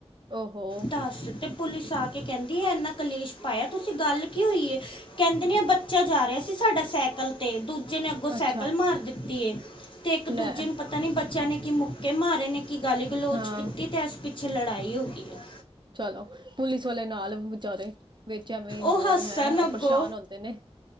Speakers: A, on the right; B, on the left.
A: ਓਹੋ
B: ਦੱਸ ਤੇ ਪੁਲਿਸ ਆ ਕੇ ਕਹਿੰਦੀ ਏ ਇਨਾ ਕਲੇਸ਼ ਪਾਇਆ ਤੁਸੀਂ। ਗੱਲ ਕੀ ਹੋਈ, ਕਹਿੰਦੇ ਨੇ ਬੱਚਾ ਜਾ ਰਿਹਾ ਸੀ। ਸਾਡਾ ਸਾਈਕਲ ਤੇ ਦੂਜੇ ਨੇ ਅੱਗੋਂ
A: ਅੱਛਾ
B: ਸਾਈਕਲ ਮਾਰ ਦਿੱ ਤੀ ਏ। ਤੇ ਇੱਕ ਦੂਜੇ
A: ਲੈ
B: ਨੂੰ ਪਤਾ ਨੀ ਬੱਚਿਆਂ ਨੇ ਕੀ ਮੁੱਕੇ ਮਾਰੇ ਨੇ ਕੀ ਗੱਲ ਗਲੋਚ
A: ਹਾਂ
B: ਕੀਤੀ ਤੇ ਇਸ ਫਿਰ ਲੜਾਈ ਹੋ ਗਈ। ਹੈ
A: ਚਲੋ ਪੁਲਿਸ ਵਾਲੇ ਨਾਲ ਵਿਚਾਰੇ ਵਿੱਚ ਐਵੇਂ ਇਨਵੋਲਵ
B: ਉਹ ਹੱਸਣ
A: ਹੈ ਉਹ
B: ਅੱਗੋ
A: ਪਰੇਸ਼ਾਨ ਹੁੰਦੇ ਨੇ